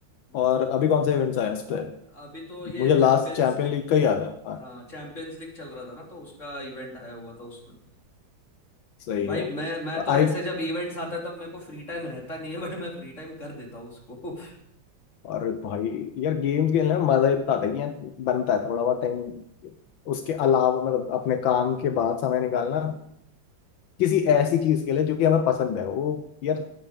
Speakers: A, on the left; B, on the left.
A: हाँ
B: और अभी
A: हाँ।
B: कौन से इवेंट्स आए हैं इस पे
A: अभी तो ये
B: मुझे लास्ट
A: चैंपियंस
B: चैंपियन
A: लीग
B: लीग का ही याद है हाँ
A: हाँ चैंपियंस लीग चल रहा था ना तो उसका इवेंट आया हुआ था उसमें
B: सही
A: भाई
B: है और
A: मैं मैं तो
B: आई
A: ऐसे जब इवेंट्स आता है तब मेरे को फ्री टाइम रहता नहीं है बट मैं फ्री टाइम कर देता हूँ उसको <laughs>
B: और भाई यार गेम्स खेलने में मजा इतना आता है कि यार बनता है थोड़ा बहुत टाइम उसके अलावा मतलब अपने काम के बाद समय निकालना किसी ऐसी चीज के लिए जो कि हमें पसंद है वो यार